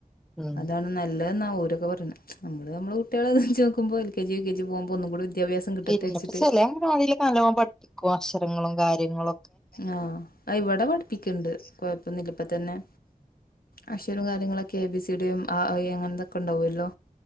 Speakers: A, in the centre; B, on the left (about 80°).
A: ഉം
B: അതാണ് നല്ലതെന്ന ഓരൊക്കെ പറീണത് നമ്മള് നമ്മള് കുട്ടികളെ നോക്കുമ്പോ L K G, U K G പോകുമ്പോ ഒന്നും കൂടി വിദ്യാഭ്യാസം കിട്ടട്ടെ
A: പിന്നെപ്പോ
B: വെച്ചിട്ട്
A: ചെലെ അംഗനവാടീല് നല്ലോം പഠിപ്പിക്കും അക്ഷരങ്ങളും കാര്യങ്ങളും
B: ആഹ് ഇവിടെ പഠിപ്പിക്ക്ണ്ട് കൊഴപ്പന്നില്ല ഇപ്പ തന്നെ അക്ഷരും കാര്യങ്ങളൊക്കെ എ ബി സി ഡി യും ആ അങ്ങനെന്തൊക്കെ ഉണ്ടാവോല്ലോ